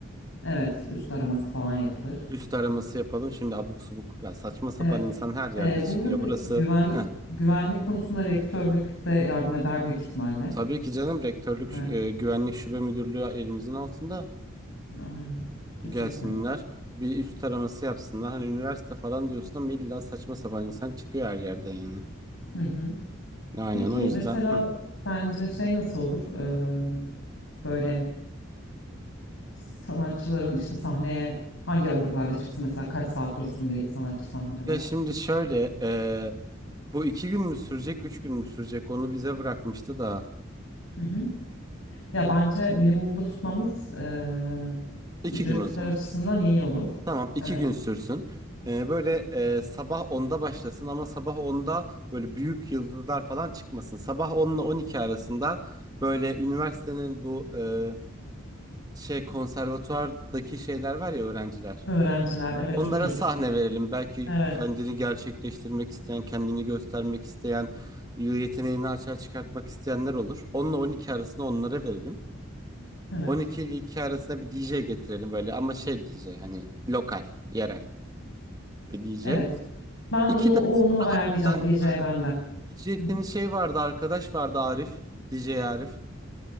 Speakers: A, on the left; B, on the right.
A: Evet, üst araması falan yapılır.
B: Üst araması yapalım. Şimdi abuk subuk ya saçma sapan
A: Evet.
B: insan her yerde
A: Ee,
B: çıkıyor.
A: bu arada
B: Burası
A: güven
B: Heh,
A: güvenlik konusunda rektörlük bize yardım eder büyük ihtimalle.
B: tabii ki canım rektörlük
A: Evet,
B: e, güvenlik şube müdürlüğü elimizin altında.
A: aynen. Kesinlikle.
B: Gelsinler bir üst araması yapsınlar. Hani üniversite falan diyorsun ama illa saçma sapan insan çıkıyor her yerde yani.
A: Hı hı.
B: Aynen
A: Peki
B: o yüzden.
A: mesela sence şey nasıl olur? Ee, böyle sanatçıların işte sahneye hangi aralıklarla çıksın mesela kaç saat dursun bir sanatçı sahnede?
B: Bir de şimdi şöyle eee, bu iki gün mü sürecek üç gün mü sürecek onu bize bırakmıştı da
A: Hı hı. Ya bence minimumda tutmamız ee,
B: iki
A: ücretler
B: gün o zaman.
A: açısından iyi olur.
B: Tamam iki
A: Evet.
B: gün sürsün. Eee, böyle eee, sabah onda başlasın ama sabah onda böyle büyük yıldızlar falan çıkmasın. Sabah 10 ile 12 arasında böyle üniversitenin bu eee, şey konservatuvardaki şeyler var ya öğrenciler.
A: Öğrenciler evet
B: Onlara
A: çok iyi
B: sahne
A: fikir.
B: verelim. Belki
A: Evet.
B: kendini gerçekleştirmek isteyen, kendini göstermek isteyen, yeteneğini açığa çıkartmak isteyenler olur. Onunla 12 arasında onlara verelim.
A: Evet.
B: On iki ile 2 arasında bir DJ getirelim böyle ama şey DJ hani lokal, yerel bir DJ.
A: Evet. Ben
B: 2'den
A: onu onu
B: sonra
A: ayarlayacağım
B: hafiften
A: DJ
B: <laughs>
A: bende.
B: DJ
A: Hı
B: senin
A: hı.
B: şey vardı arkadaş vardı Arif. DJ Arif.